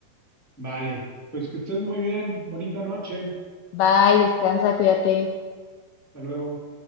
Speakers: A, on the left; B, on the left.
A: Vale. Pues que estés muy bien. Bonita noche.
B: Bye, descansa, cuídate.
A: Hasta luego.